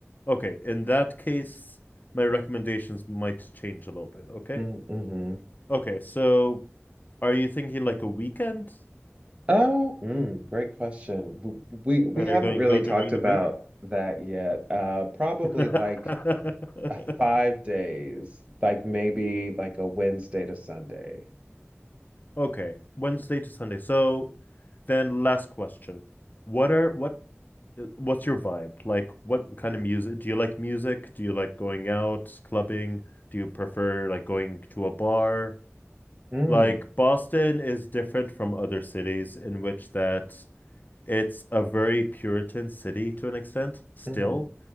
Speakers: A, on the left (about 40°); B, on the right (about 25°).
A: Okay, in that case, my recommendations might change a little bit, okay?
B: Mm-hmm.
A: Okay, so are you thinking like a weekend?
B: Oh, mm, great question. W- We we
A: Are
B: haven't
A: you going
B: really
A: to go during
B: talked about
A: the week?
B: that yet. Uh, probably
A: <laughs>
B: like uh, five days, like maybe like a Wednesday to Sunday.
A: Okay, Wednesday to Sunday. So then last question. What are what uh, What's your vibe? Like, what kind of music? Do you like music? Do you like going out, clubbing? Do you prefer like going to a bar?
B: Mm,
A: Like, Boston is different from other cities in which that it's a very Puritan city to an extent still.
B: hmm